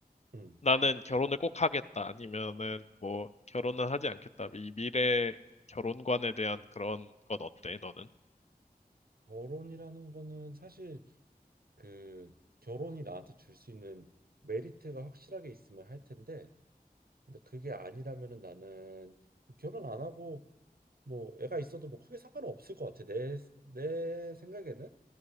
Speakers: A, on the right; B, on the left.
A: 음.
B: 나는 결혼을 꼭 하겠다 아니면은 뭐 결혼은 하지 않겠다. 이 미래 결혼관에 대한 그런 건 어때, 너는?
A: 결혼이라는 거는 사실 그 결혼이 나한테 줄 수 있는 메리트가 확실하게 있으면 할 텐데 근데 그게 아니라면은 나는 결혼 안 하고 뭐 애가 있어도 뭐 크게 상관은 없을 것 같아 내 내 생각에는